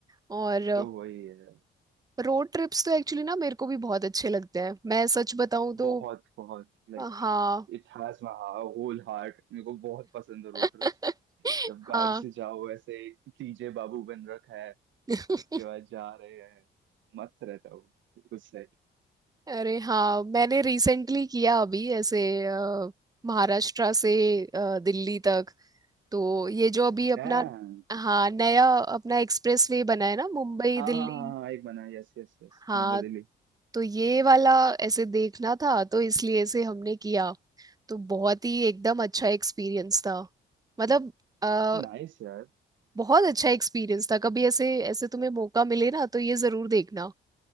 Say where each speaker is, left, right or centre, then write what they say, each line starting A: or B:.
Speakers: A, on the right; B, on the right.
A: और
B: तो वही है
A: रोड ट्रिप्स तो एक्चुअली ना मेरे को भी बहुत अच्छे लगते हैं मैं सच बताऊं तो
B: बहुत बहुत like
A: हाँ
B: it has my whole heart मेरे को बहुत पसंद है रोटर्स
A: <laughs>
B: जब गार्ड
A: हाँ
B: से जाओ ऐसे टीजे बाबू बन रखा है
A: <laughs>
B: उसके बाद जा रहे हैं मस्त रहता हूँ उस साइड
A: अरे हाँ मैंने रिसेंटली किया अभी ऐसे अ, महाराष्ट्र से अ, दिल्ली तक तो ये जो अभी अपना
B: डैम,
A: हाँ नया अपना एक्सप्रेसवे बना है ना मुंबई
B: हाँ
A: दिल्ली
B: हाँ हाँ हाँ एक बना yes yes yes
A: हाँ
B: Mumbai Delhi
A: तो ये वाला ऐसे देखना था तो इसलिए ऐसे हमने किया तो बहुत ही एकदम अच्छा एक्सपीरियंस था मतलब अ,
B: Nice यार
A: बहुत अच्छा एक्सपीरियंस था कभी ऐसे ऐसे तुम्हें मौका मिले ना तो ये जरूर देखना